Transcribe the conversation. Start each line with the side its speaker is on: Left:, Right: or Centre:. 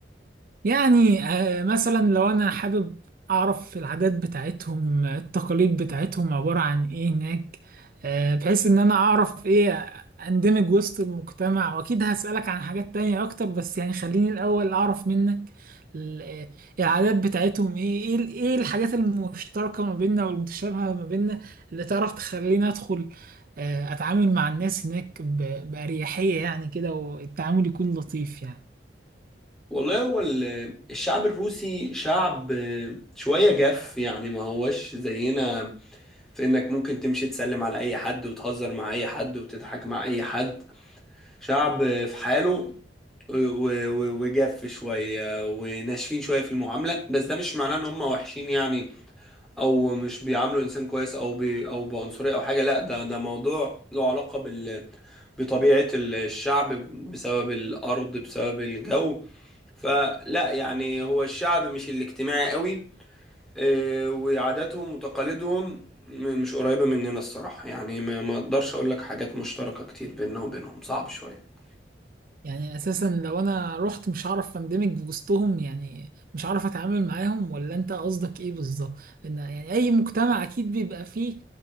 Right: يعني آه، مثلا لو انا حابب اعرف العادات بتاعتهم آه، التقاليد بتاعتهم عبارة عن ايه هناك آه، بحيث ان انا اعرف ايه اندمج وسط المجتمع واكيد هسألك عن حاجات تانية اكتر بس يعني خليني الاول اعرف منك ال- آه، العادات بتاعتهم ايه ايه ال- ايه الحاجات المشتركة ما بيننا والمتشابهة ما بيننا اللي تعرف تخليني ادخل آه، اتعامل مع الناس هناك ب- بأريحية يعني كده والتعامل يكون لطيف يعني
Centre: والله هو ال- الشعب الروسي شعب شوية جاف يعني ما هوش زينا في انك ممكن تمشي تسلم على اي حد وتهزر مع اي حد وتضحك مع اي حد شعب في حاله و- و- وجاف شوية وناشفين شوية في المعاملة بس ده مش معناه ان هم وحشين يعني او مش بيعاملوا الانسان كويس او بي او بعنصرية او حاجة لا ده ده موضوع له علاقة بال بطبيعة الشعب بسبب الأرض بسبب الجو فلا يعني هو الشعب مش الاجتماعي قوي آه، وعاداتهم وتقاليدهم م- مش قريبة مننا الصراحة يعني ما ما اقدرش اقول لك حاجات مشتركة كتير بيننا وبينهم صعب شوية
Right: يعني اساسا لو انا رحت مش هعرف اندمج وسطهم يعني مش هعرف اتعامل معاهم ولا انت قصدك ايه بالظبط لان يعني اي مجتمع اكيد بيبقى فيه